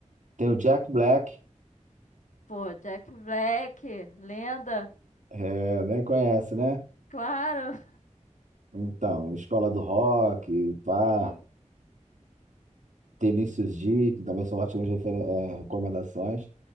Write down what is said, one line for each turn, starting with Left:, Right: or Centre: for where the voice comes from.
Right: tem o Jack Black,
Left: Pô, Jack Black, lenda.
Right: é, né? Conhece, né?
Left: Claro,
Right: Então, Escola do Rock, pá,
Left: <laughs> sim.
Right: Vinícius D, que também são ótimas refer- eh, recomendações.